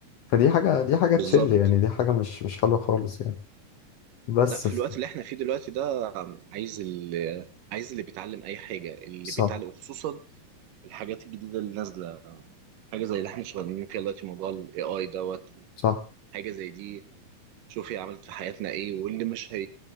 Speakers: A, on the left; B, on the right.
A: فدي حاجة دي حاجة
B: بالظبط
A: تشل يعني دي حاجة مش مش حلوة خالص يعني بس
B: لأ في
A: ف...
B: الوقت اللي إحنا فيه دلوقتي ده عايز اللي عايز اللي بيتعلم أي حاجة اللي
A: صح
B: بيتعلم وخصوصا الحاجات الجديدة اللي نازلة حاجة زي اللي إحنا شغالين فيها دلوقتي موضوع ال AI دوت
A: صح
B: حاجة زي دي شوف هي عملت في حياتنا إيه واللي مش هي